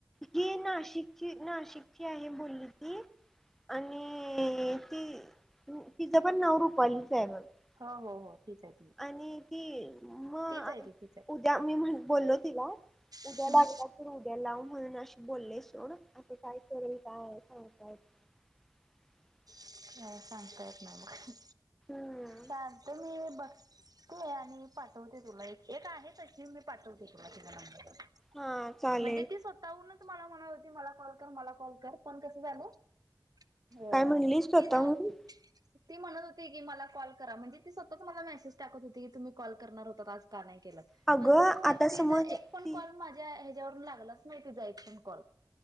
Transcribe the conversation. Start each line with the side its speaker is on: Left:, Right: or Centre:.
Centre: ही नाशिकची नाशिकची आहे बोलली ती. आणि ती तिचं पण नाव रुपालीच आहे.
Right: हो हो
Centre: आणि
Right: तीच आहे ती तीच आहे ती तीच
Centre: <unintelligible>
Right: आहे
Centre: हो काय
Right: सांगता येत नाही मग
Centre: हम्म
Right: चालतंय मी बघ.. ते आहे आणि पाठवते तुला एक एक आहे तशी. पाठवते तिला तिचा नंबर
Centre: हा चालेल
Right: म्हणजे ती स्वतःहून.. मला म्हणालती मला कॉल कर मला कॉल कर पण कसं झालं. अ
Centre: काय म्हणलीस. स्तःहून
Right: तिचा ती म्हणत होती की मला कॉल करा म्हणजे ती स्वतःच मला मेसेज टाकत होती की तुम्ही कॉल करणार होता आज का नाही केला.
Centre: अगं
Right: पण कसं तिचा
Centre: आता समज
Right: एक
Centre: ती
Right: पण कॉल माझ्या ह्याच्यावरती... आलाच नाही तिचा एक पण कॉल